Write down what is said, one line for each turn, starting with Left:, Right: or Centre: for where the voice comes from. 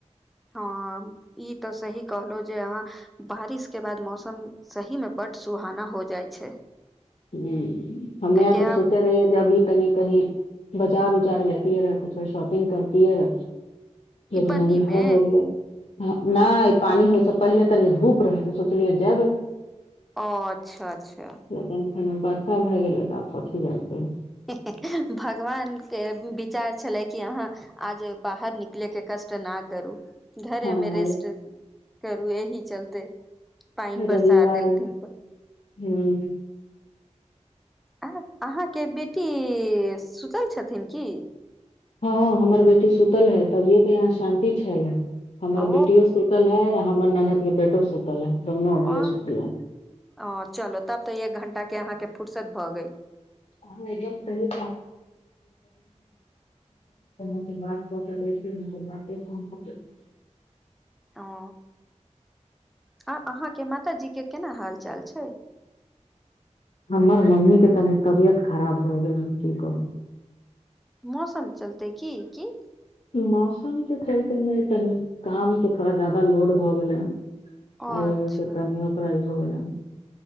Centre: हँ ई तऽ सही कहलहुँ जे अहाँ बारिश के बाद मौसम सही मे बड्ड सुहाना हो जाइ छै,
Left: ह हमे
Centre: ई
Left: तो सोचे रहि है जे अभी कनि कही बजार उजार जातीियऐ रऽ कुछ शॉपिंग करतीियऐै रऽ लेकिन
Centre: पन्नी
Left: अभी
Centre: मे
Left: होय हो गेलै नहि पानि होइसँ पहिले तनी धूप रहै सोचलियै जेबै
Centre: ओ अच्छा अच्छा
Left: टेंशन मे वरषा भए गेलै तऽ आब कठी जाइ च
Centre: भगवान के बी विचार छलै कि अहाँ आज बाहर निकलेके कष्ट न करू घरे
Left: हँ
Centre: मे रेस्ट करू एहिह चलते। पानि
Left: रविवार
Centre: बरसा देलथिन
Left: हूं
Centre: आ अहाँके बेटी सुतल छथिन की
Left: हँ हमर बेटी सुतल हैत तभिये त यहाँ शांति छैल हे हमर
Centre: ओ
Left: बेटियो सुतल है आ हमर ननद के बेटो सुतल है दुनू अभिये
Centre: ओर
Left: सुतले है
Centre: ओर चलो तब तऽ एक घंटा के अहाँके फर्सत भऽ गेल
Left: <unintelligible> ज ने त बात कर <inaudible>
Centre: ओ आ अहाँके माताजी के केना हाल चाल छै
Left: हमर मम्मी के तनि तबियत खराब भऽ गेल हन की कहू
Centre: मौसम चलतै की की
Left: मौसम के चलते नय तनी काम के थोड़ा जादा लोड भऽ गेलै हन अय
Centre: अच्छा
Left: वजह से तनी ओकरा इ हो गेलनि